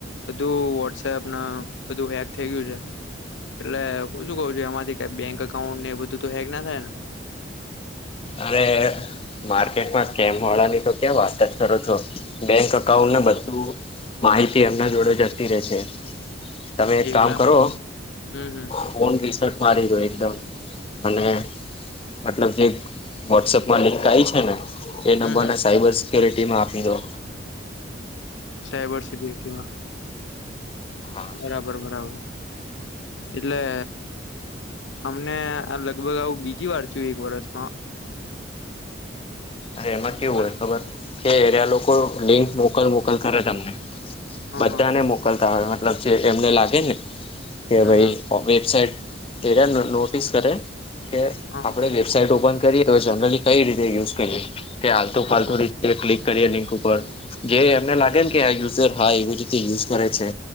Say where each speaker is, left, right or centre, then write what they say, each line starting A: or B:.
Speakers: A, on the left; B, on the left.
A: બધું વોટ્સએપના બધું હેક થઈ ગયું છે. એટલે હું શું કઉ છું એમાંથી કઈ બેંક અકાઉન્ટ ને એ બધું તો હેક ના થાય ને
B: અરે. માર્કેટમાં સ્કેમવાળાની તો ક્યાં વાત જ કરો છો બેંક એકાઉન્ટને બધું માહિતી એમના જોડે જતી રહેે છે તમે એક
A: એવું
B: કામ
A: એમ
B: કરો.
A: હમ હમ
B: ફોન રીસેટ મારી દો એકદમ અને મતલબ જે વોટ્સઅપમાં લિંક આઈ છે ને એ નંબર
A: હમ હમ
B: ને સાયબર સિક્યુરિટીમાં આપી દો.
A: સાયબર સિક્યુરિટીમાં
B: હા
A: બરાબર બરાબર એટલે અમને આ લગભગ આવું બીજી વાર થયું એક વર્ષમાં
B: અરે એમાં કેવું
A: હા
B: હોય ખબર કે એરિયા લોકો લિંક મોકલ મોકલ કરે તમને બધાને
A: હા
B: મોકલતા હોય મતલબ જે એમને લાગે ને કે
A: હા
B: ભાઈ વેબસાઇટએ નોટિસ કરે કે
A: હા
B: આપણે વેબસાઇટ ઓપન કરીએ જનરલી કઈ રીતે યુઝ કરીએ હાલતુ ફાલતુ
A: હા
B: એ ક્લિક કરીએ લિંક ઉપર જે
A: હમ
B: એમને લાગે ને કે આ યુઝર હા એવી રીતે યુઝ કરે છે.